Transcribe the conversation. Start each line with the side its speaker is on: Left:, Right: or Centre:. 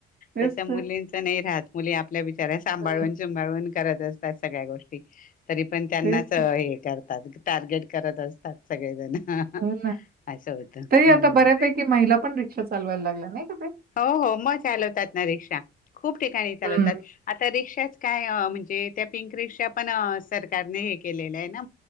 Right: तेच
Left: तसं
Right: तर.
Left: मुलींच नाही राहत. मुली आपल्या बिच्याऱ्या सांभाळून
Right: हं,
Left: सुंभाळून करत असतात सगळ्या गोष्टी. तरी पण त्यांनाच
Right: तेच
Left: हे
Right: तर.
Left: करतात टार्गेट करत असतात सगळेजण.
Right: हो ना
Left: असं होतं हम्म
Right: तरी आता बऱ्यापैकी महिला, पण रिक्षा चालवायला लागल्या नाही का ताई.
Left: हो हो मग चालवतात ना रिक्षा खूप ठिकाणी चालवतात.
Right: हं.
Left: आता रिक्षाच काय म्हणजे त्या पिंक रिक्षा पण सरकारने हे केलेल्या न